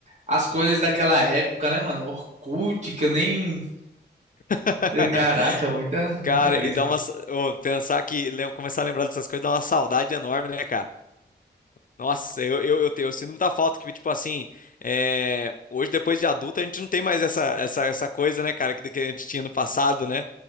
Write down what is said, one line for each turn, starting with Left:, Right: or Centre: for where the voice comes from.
Right: as coisas daquela época, né, mano? Orkut, que eu nem...
Left: <laughs>
Right: eh, Caraca, muita,
Left: Cara,
Right: muita brisa.
Left: e dá uma. sa- ô, pensar que. lem- Começar a lembrar dessas coisas dá uma saudade enorme, né, cara? Nossa, eu, eu, eu, te- eu sinto muita falta que, tipo assim. é, hoje, depois de adulto, a gente não tem mais essa, essa, essa coisa, né, cara, que, que a gente tinha no passado, né?